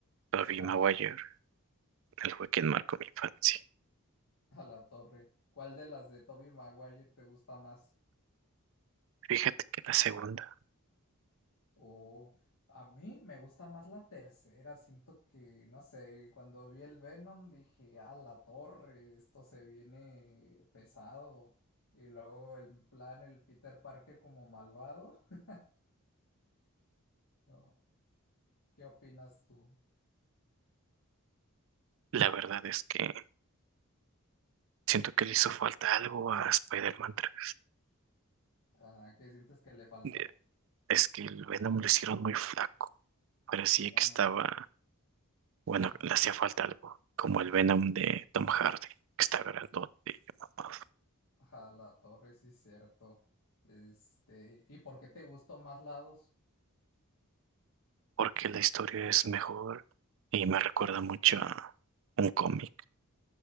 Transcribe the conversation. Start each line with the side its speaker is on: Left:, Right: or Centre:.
Right: Tobey
Left: Ajá,
Right: Maguire, él fue quien marcó mi infancia.
Left: a la torre. ¿Cuál de las de Tobey Maguire te gusta más?
Right: Fíjate que la segunda,
Left: O a mí me gusta más la tercera, siento que, no sé, cuando vi el Venom dije, ah, la torre, esto se viene pesado. Y luego el plan, el Peter Parker como malvado. <laughs> ¿no? ¿Qué opinas tú?
Right: la verdad es que siento que le hizo falta algo a Spider-Man 3.
Left: Ah, ¿qué sientes que le faltó?
Right: Eh, Es que el Venom lo hicieron muy flaco, parecía
Left: Bueno,
Right: que estaba
Left: es-
Right: Bueno,
Left: ajá,
Right: le hacía falta algo, como el Venom de Tom Hardy, que está grandote y mamado,
Left: ajá, la torre, sí, cierto. Este, ¿y por qué te gustó más lados?
Right: porque la historia es mejor y me recuerda mucho a un cómic